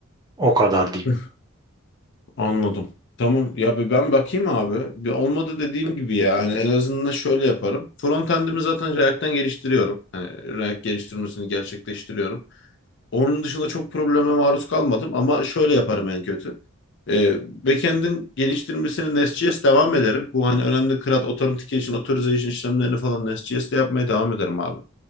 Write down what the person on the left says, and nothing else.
<laughs> Anladım. Tamam ya bir ben bakayım abi. Bir olmadı dediğim gibi yani en azından şöyle yaparım. Frontend'imi zaten React'ten geliştiriyorum. Hani React geliştirmesini gerçekleştiriyorum. Onun dışında çok probleme maruz kalmadım ama şöyle yaparım en kötü. Ee, backend'in geliştirmesini Nest.js devam ederim. Bu hani önemli CRUD, Authentication, Authorization işlemlerini falan Nest.js'te yapmaya devam ederim abi.